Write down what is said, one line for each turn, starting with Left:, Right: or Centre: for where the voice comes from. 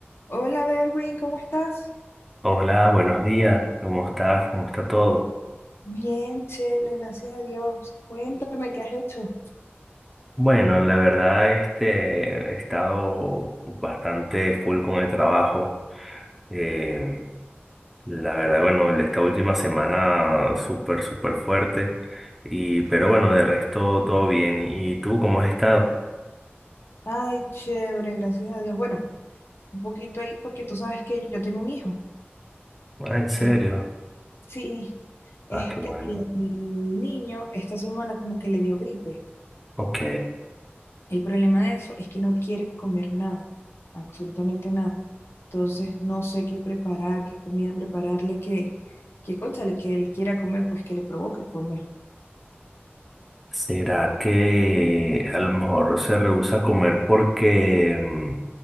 Left: Hola Derwin, ¿cómo estás?
Centre: Hola, buenos días, ¿cómo estás? ¿Cómo está todo?
Left: Bien, chévere, gracias a Dios. Cuéntame qué has hecho.
Centre: Bueno, la verdad, este, he estado bastante full con el trabajo. Eh, la verdad, bueno, esta última semana súper, súper fuerte. Y, pero bueno, de resto todo bien. ¿Y tú cómo has estado?
Left: Ay, chévere, gracias a Dios. Bueno, un poquito ahí porque tú sabes que yo tengo un hijo.
Centre: Ah, ¿en serio?
Left: Y sí, este,
Centre: Ah, qué bueno.
Left: y el niño esta semana como que le dio gripe.
Centre: Ok.
Left: El problema de eso es que no quiere comer nada, absolutamente nada. Entonces no sé qué preparar, qué comida prepararle, qué, qué cónchale, que él quiera comer, pues que le provoque comer.
Centre: ¿Será que a lo mejor se rehúsa a comer porque mm,